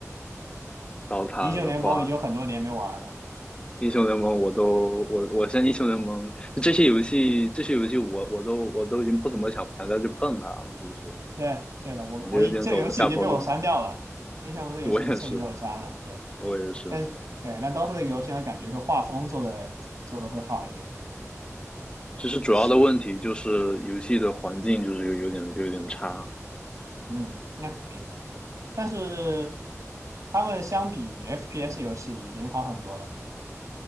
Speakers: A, on the left; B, on the right.
A: 刀塔的话，
B: 英雄联盟已经有很多年没玩了，
A: 英雄联盟我都我我现在英雄联盟这些游戏这些游戏我我都我都已经不怎么想想再去碰它了，就是
B: 对对的，我我已这个游戏已经被我删掉了，
A: 感觉有点走下坡路。
B: 英雄联盟这个游戏已经彻底被我删了。
A: 我也是，
B: 对，
A: 我也是。
B: 但是对，但 d o 的游戏呢，感觉就画风做的做的会好一点。对，
A: 其实主要的问题就是游戏的环境就是有有点有点差，
B: 是，嗯，那肯定。但是他们相比 FPS 游戏已经好很多了